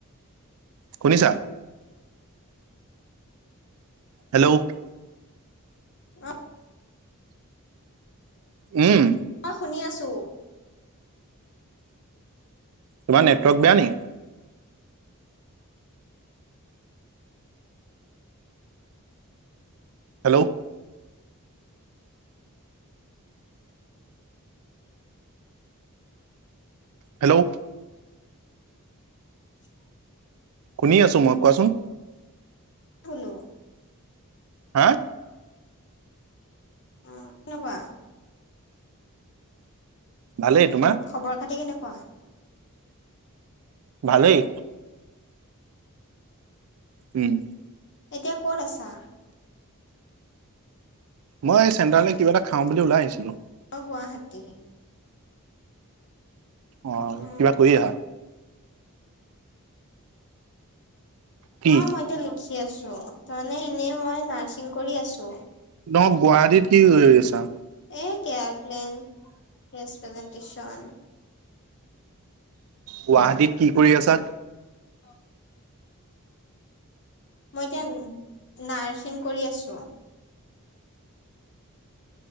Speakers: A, on the right; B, on the left.
A: শুনিছা? Hello.
B: অঁ।
A: উম'
B: অঁ শুনি আছোঁ।
A: তোমা নেটৱক বেয়া নি। হেল্লৌ' হেল্লৌ'
B: <unintelligible>
A: শুনি আছো মই কোৱাচোন।
B: হুলো-
A: হাঁ।
B: উম' নকুৱা।
A: ভালেই তোমাৰ।
B: খবৰ খাতি কেনেকুৱা?
A: ভালেই। উম'
B: এতিয়া ক'ত আছা?
A: মই এই চেণ্ট্ৰালে কিবা এটা খাওঁ বুলি ওলাই আহিছিলো।
B: অঁ গুৱাহাটী।
A: অঁ
B: অ
A: কিবা কৰি আহা। কি
B: অঁ মইটো লিখি আছোঁ তাৰমানে এনেই মই নাৰ্ছিং কৰি আছো।
A: নহ গুৱাহাটীত কি কৰি আছা?
B: এ কেয়াৰপ্লেন প্ৰেজ প্ৰেজেণ্টেচন।
A: গুৱাহাটীত কি কৰি আছা?
B: অ। মই এতিয়া নাৰ্ছিং কৰি আছো।